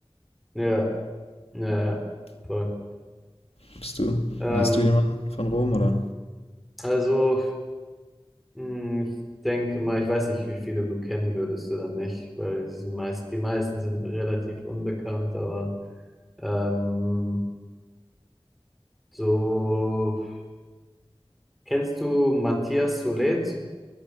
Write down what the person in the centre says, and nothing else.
ja, ja, ja, voll.
Ähm,
also Hm, Ich denke mal, ich weiß nicht, wie viele du kennen würdest oder nicht, weil sie sind meist, die meisten sind relativ unbekannt, aber ähm, so kennst du Matthias Solet?